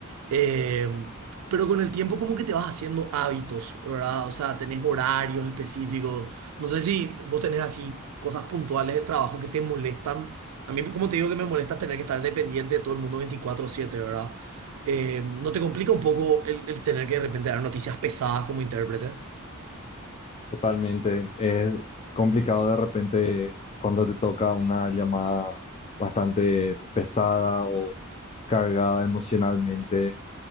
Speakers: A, on the right; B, on the left.
A: eh, pero con el tiempo como que te vas haciendo hábitos, ¿verdad? O sea, tenés horarios específicos. No sé si vos tenés así cosas puntuales del trabajo que te molestan. A mí, como te digo que me molesta tener que estar dependiente de todo el mundo 24/7, ¿verdad? Eh, ¿no te complica un poco el, el tener que de repente dar noticias pesadas como intérprete?
B: Totalmente. Es complicado de repente cuando te toca una llamada bastante pesada o cargada emocionalmente